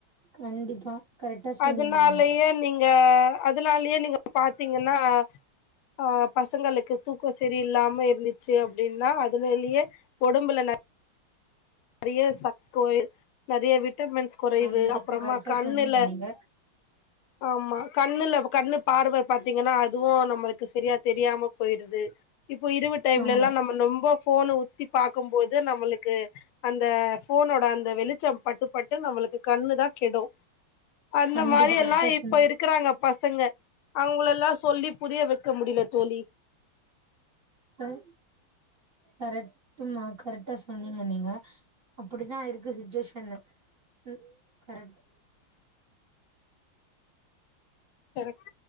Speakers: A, on the right; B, on the left.
A: கண்டிப்பா கரெக்டா சொன்னீங்க
B: அதுனாலயே
A: நீங்க
B: நீங்க அதுனாலயே நீங்க பாத்தீங்கன்னா ஆ பசங்களுக்கு தூக்கோ செரி இல்லாம இருந்துச்சு அப்டின்னா அதுனாலயே ஒடம்புல நல் நறைய சக் கோயில் நறைய விட் டமின்ஸ் குறைவு
A: கண்டிப்பா
B: அப்பறமா
A: கரெக்டா
B: கண்ணுல
A: சொன்னீங்க நீங்க
B: ஆமா கண்ணுல கண்ணு பார்வ பாத்தீங்கன்னா அத் துவு நம்மளுக்கு செரியா தெரியாம போயிருது இப்பொ இரவு டைம்லேல்லா
A: ஆமா
B: நம்ம நொம்போ ஃபோன உத்தி பாக்கம் போது நம்மளுக்கு அந்த ஃபோனோட அந்த வெளிச்சம் பட்டுப்பட்டு நம்மளுக்கு கண்ணு தா கெடு அந்த
A: கண்டிப்பா
B: மாரியெல்லா
A: கரெக்டா சொன்னீங்க
B: இப்ப இருக்குறாங்க பசங்க அவுங்களல்லா சொல்லி புரிய வெக்க முடில தோழி
A: கல் கரெக்ட்டுமா கரெக்ட்டா சொன்னீங்க நீங்க அப்புடிதா இருக்கு சுச்சுவேஷனு ம் கரெக்ட்
B: கரெக்